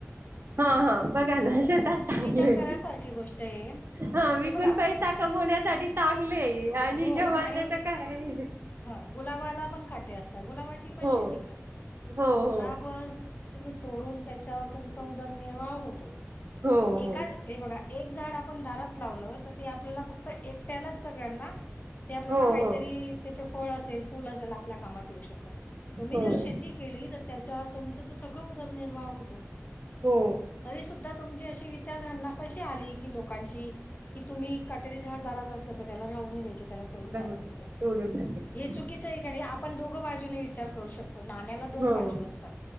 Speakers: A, on the right (about 45°); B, on the left (about 35°).
A: हा हा. बघा ना
B: हा,
A: शेतात चांगले,
B: विचार करायसारखी गोष्ट आहे
A: हा विकून
B: हे बघा
A: पैसा कमवण्यासाठी चांगले आहे. आणि
B: हो
A: जेव्हा
B: आणि
A: त्याच काय आहे
B: हा गुलाबाला पण काटे असतात, गुलाबाची पण
A: हो
B: शेती करतात,
A: हो
B: मग गुलाब
A: हो
B: तुम्ही तोडून त्याच्यावर तुमचा उदरनिर्वाह होत त.
A: हो
B: एकाच
A: हो.
B: हे बघा एक झाड आपण दारात लावलं तर, तेआपल्याला फक्त एक त्यालाच सगळ्यांना ते आपल्याला
A: हो
B: काहीतरी
A: हो
B: फळ असेल, फुल असेल आपल्या कामात येऊ शकतात, तुम्ही
A: हो
B: जर शेती केली त्याच्यावर तुमचं जस सगळं उदरनिर्वाह होतो.
A: हो.
B: तरी सुद्धा तुमची अशी विचारधारणा कशी आली? कि लोकांची कि तुम्ही कटेरी झाड दारात असलं क त्याला राहून द्यायचे त्याला तोडून
A: राहून
B: टाकायचं.
A: तोडून टाकायचे
B: हे चुकीचं आहे का नाही? आपण दोघं बाजूने विचार करू शकतो. तो नाण्याला दोन
A: हो
B: बाजू
A: हो
B: असतात,